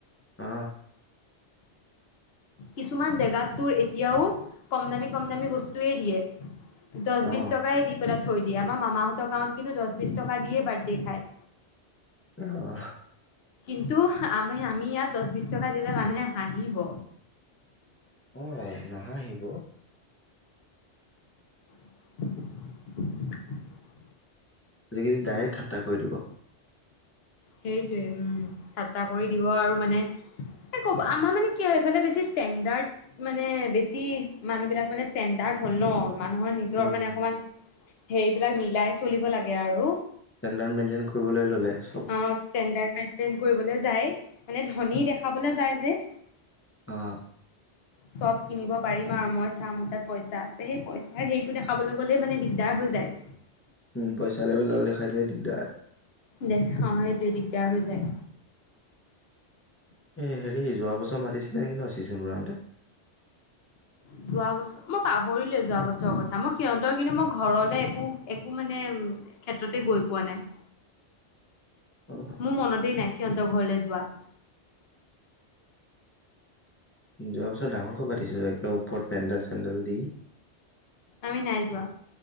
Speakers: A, on the left; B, on the left.
A: আ
B: কিছুমান জেগাত তোৰ এতিয়াও কম দামী কম দামী বস্তু টোয়ে দিয়ে, দহ
A: অ অ
B: বিশ টকা দি পেলাই থৈ দিয়ে আমাৰ মামাহঁতৰ গাঁৱত কিন্তু দহ, বিশছ টকা দিয়ে বাৰ্থডে খায়।
A: অহ।
B: কিন্তু আমি আমি ইয়াত দহ বিশ টকা দিলে মানুহে হাঁহিব।
A: হয়। নাহাঁহিব
B: <unintelligible>
A: আজিকালি ডাইৰেক্ট ঠাট্টা কৰি দিব
B: সেইটোৱে উম, চাটটা কৰি দিব আৰু মানে। ক'ব আমাৰ মানে কি হয় এইফালে বেছি ষ্টেণ্ডাৰ্ড- মানে বেছি মানুহ বিলাক মানে ষ্টেণ্ডাৰ্ড হ'ল ন মানুহৰ নি- নিজৰ
A: উম
B: মানে অকমান, হেৰিবিলাক মিলাই চলিব লাগে আৰু।
A: ষ্টেণ্ডাৰ্ড মেইনটেইন কৰিবলৈ ল'লে চব।
B: অ ষ্টেণ্ডাৰ্ড মেনটেইন কৰিবলৈ যায়, মানে ধনী দেখাবলৈ যায় যে।
A: অঁ
B: চব কিনিব পাৰিম আৰু মই চাম মোৰ তাত পইচা আছে। সেই পইচাৰ হেৰিটো দেখাবলৈ গ'লে মানে দিগদাৰ হৈ যায়।
A: উম পইচা লেবেল দাল দেখাই দিলে দিগদাৰ।
B: দেখ অ সেইটোয়ে দিগদাৰ হৈ যায়।
A: এ হেৰি যোৱা বছৰ মাতিছিলে নেকি ন চিচিনকৰাওঁতে।
B: যোৱাবছৰ। মই পাহৰিলোয়ে যোৱা বছৰৰ কথা মই সিহঁতৰ কিন্তু মোৰ ঘৰলে একো একো মানে ক্ষেত্ৰতে গৈ পোৱা নাই।
A: <unintelligible> অ
B: মোৰ মনতে নাই সিহঁতৰ ঘৰলৈ যোৱা।
A: যোৱা বছৰ ডাঙৰ কৈ পাতিছিলে একদম ওপৰত পেণ্ডেল চেণ্ডেল দি।
B: আমি নাই যোৱা,